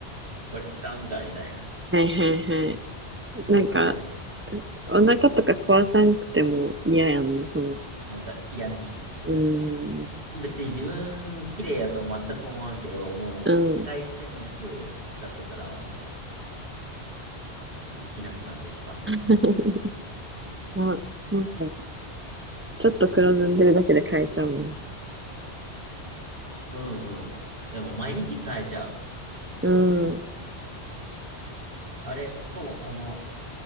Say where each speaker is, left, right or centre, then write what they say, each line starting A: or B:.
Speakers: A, on the right; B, on the right.
A: これ使うんかみたいな。
B: あ、はいはいはい。
A: すごく嫌な気持ちになる。
B: なんか、お腹とか壊さんくても嫌やんな、その。
A: なんか嫌な気持ちになる。
B: うーん。
A: 別に自分綺麗やと全く思わんけど、もう使い捨てのやつ使ってからはも
B: うん。
A: うできなくなってしまったね。
B: <laughs> あ、なんか、ちょっと黒ずんでるだけで変えちゃうもん。
A: うんうん。でも毎日変えちゃう。
B: うん。
A: あ、あれ、そう、あの、